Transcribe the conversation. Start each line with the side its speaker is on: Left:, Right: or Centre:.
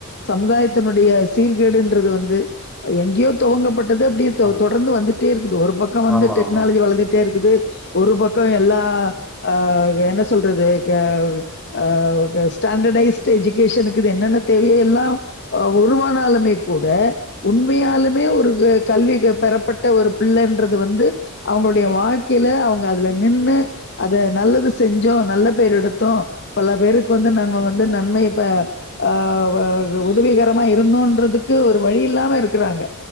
Left: சமுதாய த்துனுடைய சீர்கேடுன்றது வந்து எங்கேயோ துவங்கப்பட் டது அப்டியே தொ
Centre: ஆமா
Left: தொடர்ந்து வந்துட்டே இருக்குது ஒரு பக்க வந்து
Centre: ஆமா
Left: டெக்னாலஜி
Centre: ஆமா
Left: வளந்துட்டே இருக்குது ஒரு பக்க எல்லா அ என்ன சொல்றது க ஆ ஸ்டாண்டர்டைஸ்டு எஜுகேஷனுக்கு இது என்னென்ன தேவையோ எல்லா ஆ உருவானாலுமே கூட உண்மையாலு மே ஒரு கல்வி பெறப்பட்ட ஒரு பிள்ளைன்றது வந்து அவங்களுடைய வாழ்க்கையில அவங்க அதுல நின்னு அத நல்லது செஞ்சோ நல்ல பேர் எடுத்தோ பல பேருக்கு வந்து நம்ம வந்து நன்மையப்ப ஆ துளிகரமா இருந்தோன்றதுக்கு ஒரு வழி இல்லாம இருக்கிறாங்க